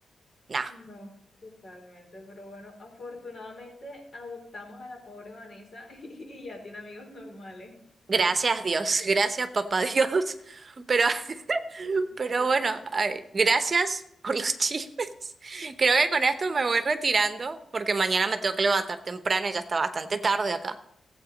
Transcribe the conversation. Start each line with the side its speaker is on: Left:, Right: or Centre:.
Left: <laughs>
Right: no.
Left: no, totalmente, pero bueno, afortunadamente adoptamos a la pobre Vanessa <laughs> y, ya tiene amigos normales.
Right: Gracias Dios, <laughs> gracias papá Dios, <laughs> pero <laughs>
Left: Mm.
Right: Pero
Left: Total.
Right: bueno, ay, gracias por los chismes. <laughs> Creo que con esto me voy retirando porque mañana me tengo que levantar temprano y ya está bastante tarde acá.